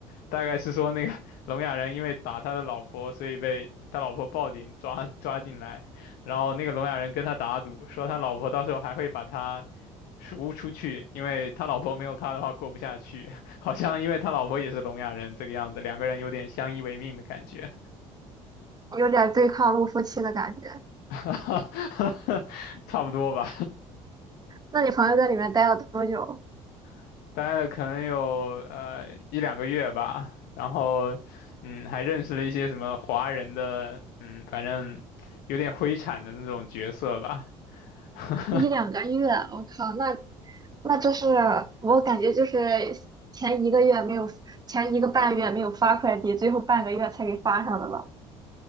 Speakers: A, on the left; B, on the right.
A: 大概是说那个 <laughs> 聋哑人因为打他的老婆，所以被他老婆报警抓抓进来，然后那个聋哑人跟他打赌，说他老婆到时候还会把他。赎出去，因为他老婆没有他的话过不下去，<laughs> 好像因为他老婆也是聋哑人这个样子，两个人有点相依为命的感觉，
B: 有点对抗陆夫期的感觉。
A: <laughs> 差不多吧，
B: 那你朋友在里面待了多久？
A: <laughs> 待了可能有呃一两个月吧，然后嗯还认识了一些什么华人的嗯反正有点灰产的那种角色吧。<laughs>
B: 一两个月，我靠，那那这是我感觉就是前一个月没有，前一个半月没有发快递，最后半个月才给发上的吧？